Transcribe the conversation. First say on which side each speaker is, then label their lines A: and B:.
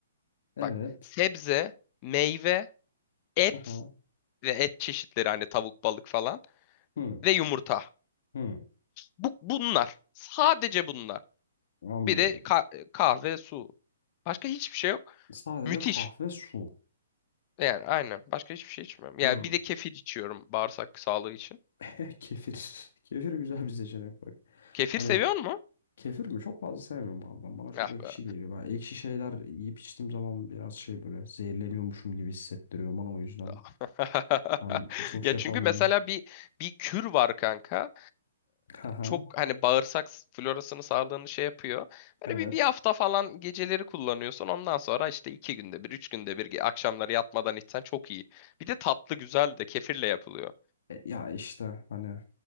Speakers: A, on the left; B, on the left.
A: Evet.
B: Bak sebze, meyve, et
A: Aha.
B: ve et çeşitleri hani tavuk, balık falan
A: Hı,
B: ve yumurta.
A: hı.
B: Bu, bunlar. Sadece bunlar.
A: Anlıyorum.
B: Bir de ka- e, kahve, su. Başka hiçbir şey yok.
A: Sadece
B: Müthiş.
A: kahve su.
B: Yani aynen. Başka hiçbir şey içmiyorum. Yani
A: Hı.
B: bir de kefir içiyorum bağırsak sağlığı için.
A: <laughs> Kefir. Kefir güzel bir seçenek bak.
B: Kefir
A: Hani
B: seviyor mu?
A: Kefir mi? Çok fazla sevmiyorum abi ben. Bana çok
B: Ah
A: ekşi
B: be.
A: geliyor. Ben ekşi şeyler yiyip içtiğim zaman biraz şey böyle zehirleniyormuşum gibi hissettiriyor bana o yüzden.
B: <laughs>
A: Ben çok
B: Ya
A: şey yapamıyorum.
B: çünkü mesela bir bir kür var kanka.
A: <laughs> Haha.
B: çok hani bağırsak florasını sağlığını şey yapıyor. Böyle
A: Evet.
B: bir, bir hafta falan geceleri kullanıyorsun. Ondan sonra işte iki günde bir, üç günde bir ge- akşamları yatmadan içsen çok iyi. Bir de tatlı güzel de kefirle yapılıyor.
A: E, ya işte hani